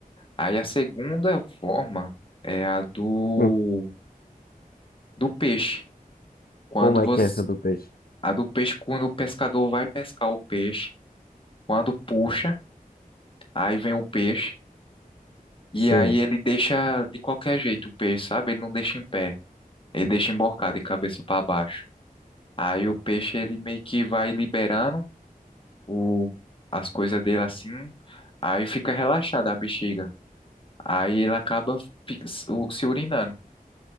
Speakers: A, on the left; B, on the left.
A: aí a segunda forma é a do
B: Hum.
A: do peixe. Quando
B: Como é
A: você
B: que é essa do peixe?
A: a do peixe quando o pescador vai pescar o peixe, quando puxa Aí vem o peixe. E
B: Sim.
A: aí ele deixa de qualquer jeito o peixe, sabe? Ele não deixa em pé. Ele deixa embocado de cabeça para baixo. Aí o peixe ele meio que vai liberando o, as coisas dele assim. Aí fica relaxada a bexiga. Aí ele acaba fi- se o- se urinando.